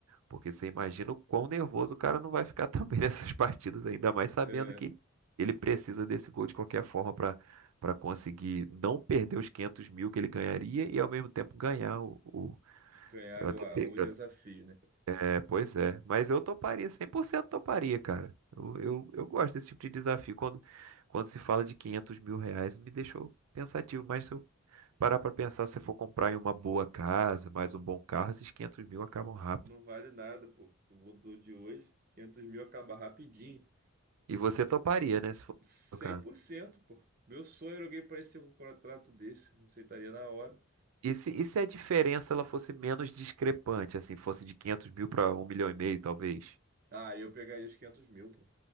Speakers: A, on the right; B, on the right.
A: Porque você imagina o quão nervoso o cara não vai ficar também <laughs> nessas partidas, ainda mais sabendo
B: É,
A: que ele precisa desse gol de qualquer forma pra para conseguir não perder os 500 mil que ele ganharia e ao mesmo tempo ganhar o, o-
B: ganhar
A: eu até,
B: o,
A: pe-
B: o desafio, né?
A: é, pois é. Mas eu toparia, 100% toparia, cara. Eu, eu, eu gosto desse tipo de desafio. Quando, quando se fala de 500 mil reais, me deixou pensativo. Mas se eu parar pra pensar, se eu for comprar em uma boa casa, mais um bom carro, esses 500 mil acabam rápido.
B: Não vale nada, pô. O mundo de hoje, 500 mil acaba rapidinho.
A: E você toparia, né? Se for
B: cem
A: o caso.
B: por cento pô. Meu sonho era alguém parecer com um contrato desse. Aceitaria na hora.
A: E se, e se a diferença ela fosse menos discrepante, assim, fosse de 500 mil para um milhão e meio, talvez?
B: Ah, eu pegaria os 500 mil, pô.